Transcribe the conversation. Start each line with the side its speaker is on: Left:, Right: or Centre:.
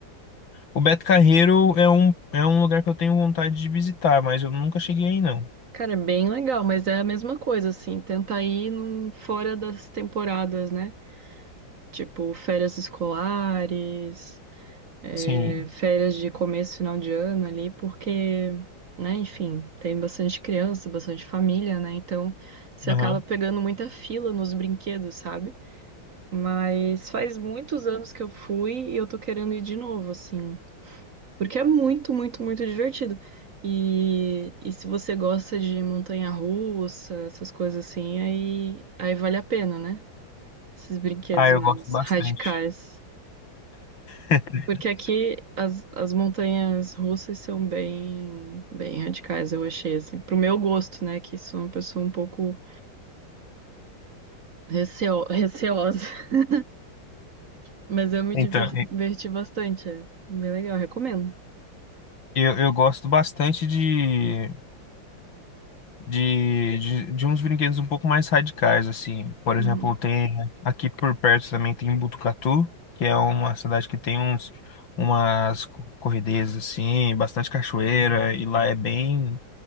Left: O Beto Carreiro é um, é um lugar que eu tenho vontade de visitar, mas eu nunca cheguei aí, não.
Right: Cara, é bem legal, mas é a mesma coisa, assim. Tenta ir num, fora das temporadas, né? Tipo, férias escolares, é,
Left: Sim.
Right: férias de começo, final de ano ali, porque, né, enfim, tem bastante criança, bastante família, né? Então, você
Left: Aham.
Right: acaba pegando muita fila nos brinquedos, sabe? Mas faz muitos anos que eu fui e eu tô querendo ir de novo, assim. Porque é muito, muito, muito divertido. E, e se você gosta de montanha-russa, essas coisas assim, aí, aí vale a pena, né? Esses brinquedos
Left: Ah, eu
Right: mais
Left: gosto bastante.
Right: radicais.
Left: <laughs>
Right: Porque aqui as, as montanhas russas são bem, bem radicais, eu achei, assim. Pro meu gosto, né? Que sou uma pessoa um pouco receo- receosa. <laughs> Mas eu me
Left: Então,
Right: divir- diverti bastante. É bem legal, recomendo.
Left: eu, eu gosto bastante de. de, de, de uns brinquedos um pouco mais radicais, assim. Por
Right: Uhum.
Left: exemplo, tem aqui por perto também tem Botucatu, que é uma cidade que tem uns umas co- corredezas assim, bastante cachoeira e lá é bem